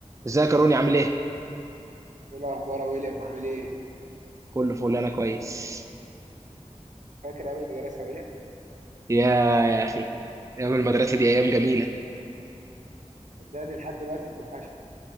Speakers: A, on the right (about 25°); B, on the right (about 85°).
A: ازيك يا روني عامل ايه؟
B: ايه الاخبار يا ويليام عامل ايه
A: كله فل انا كويس
B: فاكر ايام المدرسه يا ويليام
A: يا يا اخي ايام المدرسه دي ايام جميله
B: صدقني لحد دلوقتي توحشني